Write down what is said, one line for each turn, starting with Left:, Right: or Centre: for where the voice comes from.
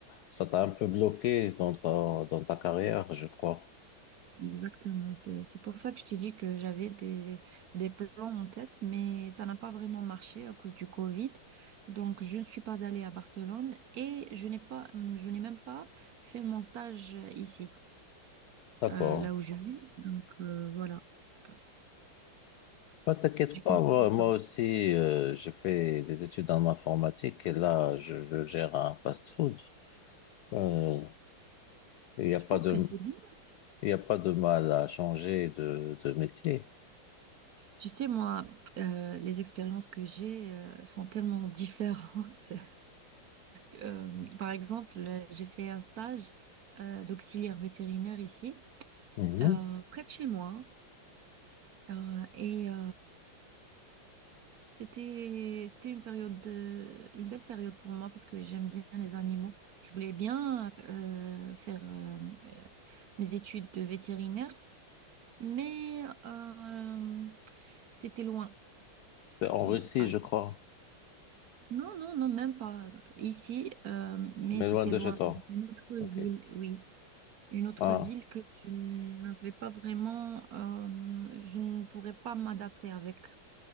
Left: Ça t'a un peu bloqué dans ta, dans ta carrière, je crois.
Right: Exactement. C'est, c'est pour ça que je t'ai dit que j'avais des, des plans en tête, mais ça n'a pas vraiment marché à cause du Covid. Donc, je ne suis pas allée à Barcelone et je n'ai pas, hum, je n'ai même pas fait mon stage euh, ici,
Left: D'accord.
Right: euh, là où je vis. Donc, euh, voilà. Euh,
Left: Bah, t'inquiète
Right: J'ai commencé
Left: pas, moi,
Right: à travailler.
Left: moi aussi, euh, j'ai fait des études en informatique et là, je, je gère un fast-food. Euh, Il n'y a
Right: Je
Left: pas
Right: pense
Left: de,
Right: que c'est bien.
Left: il y a pas de mal à changer de, de métier.
Right: Tu sais, moi, euh, les expériences que j'ai, euh, sont tellement différentes. <laughs> Euh, par exemple, euh, j'ai fait un stage euh, d'auxiliaire vétérinaire ici,
Left: Mhm.
Right: euh, près de chez moi, Euh, et euh, c'était c'était une période de- une belle période pour moi parce que j'aime bien les animaux. Je voulais bien euh, faire euh, euh, mes études de vétérinaire, mais euh, c'était loin.
Left: C'est en Russie,
Right: Euh, par
Left: je
Right: exemple.
Left: crois,
Right: Non, non, non, même pas ici, euh, mais
Left: mais
Right: c'était
Left: loin de
Right: loin
Left: chez toi.
Right: dans une autre
Left: Ok.
Right: ville, oui. une autre
Left: Ah,
Right: ville que je n'avais pas vraiment, euh, je ne pourrais pas m'adapter avec.